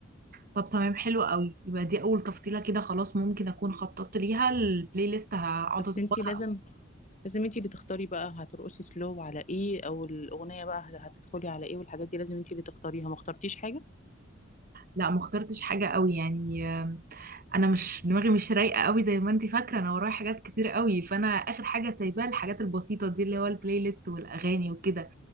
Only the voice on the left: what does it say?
بس
انت لازم لازم انت اللي تختاري بقى هترقصي سلو على ايه او الاغنيه بقى هت- هتدخلي على ايه والحاجات دي لازم انت اللي تختاريها ما اخترتيش حاجه